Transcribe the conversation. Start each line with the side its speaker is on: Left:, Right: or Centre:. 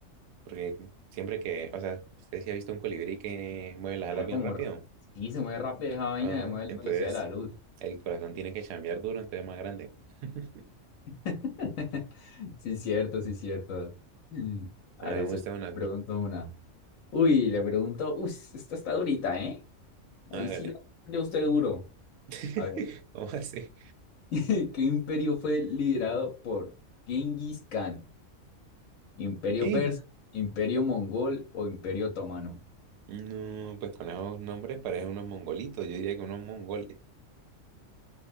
Right: Porque siempre que, o sea, usted sí ha visto un colibrí que mueve las
Left: Se
Right: alas
Left: mueve
Right: bien
Left: como...
Right: rápido.
Left: r- Sí, se mueve rápido esa vaina,
Right: Ajá,
Left: se mueve a
Right: entonces,
Left: la velocidad de la luz.
Right: el corazón tiene que chambear duro, entonces es más grande. <laughs>
Left: <laughs> Sí, cierto, sí, cierto. A
Right: Bueno,
Left: ver,
Right: hagamos
Left: eso
Right: usted
Left: te
Right: una. vez.
Left: pregunto una. Uy, le pregunto... Uy, esta está durita, ¿eh? Hoy
Right: Hágale.
Left: sí lo... Yo usted duro.
Right: <laughs>
Left: A ver.
Right: ¿Cómo así?
Left: <laughs> ¿Qué imperio fue liderado por Genghis Khan? ¿Imperio
Right: ¿Qué?
Left: persa, imperio mongol o imperio otomano?
Right: No, pues con esos nombres parecen unos mongolitos. Yo diría que unos mongoles. <gasps>